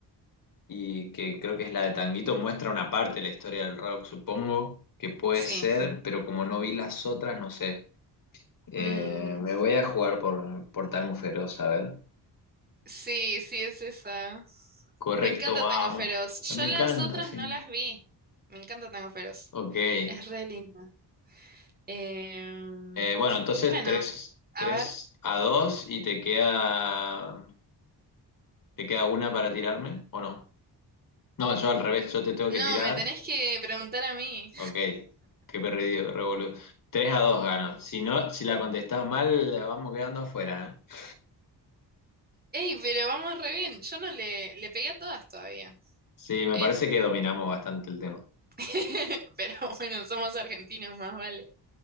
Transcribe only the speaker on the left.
y que creo que es la de Tanguito, muestra una parte de la historia del rock, supongo que puede
ser, pero como no vi las otras, no sé. Eh,
me voy a jugar por, por Tango Feroz, a ver.
Correcto,
vamos.
Me
encanta,
sí.
Ok. Eh,
bueno, entonces
tres
tres
a 2 y te queda, te queda una para tirarme, ¿o no? No, yo al revés, yo te tengo
que tirar.
Ok, qué perdido, revolú. 3 a 2 gano. Si no, si la contestás mal, vamos quedando afuera, ¿eh?
Sí, me
parece que dominamos bastante el tema.